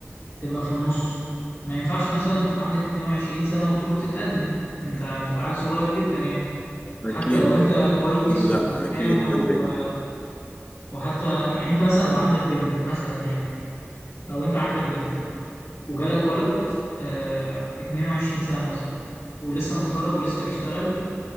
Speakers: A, on the left; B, on the left.
A: تبقى في النص ما ينفعش مثلا تبقى عندك 22 سنة وتروح تتقدم انت تبقى عيل صغير جدا يعني
B: أكيد
A: حتى لو انت كويس
B: لا
A: وقامة
B: اكيد بدري
A: و...
B: قوي
A: وحتى يعني انت مثلا لو عندك بنت مثلا يعني لو انت عندك بنت وجالك ولد آه 22 سنة مثلا ولسه متخرج ولسه بيشتغل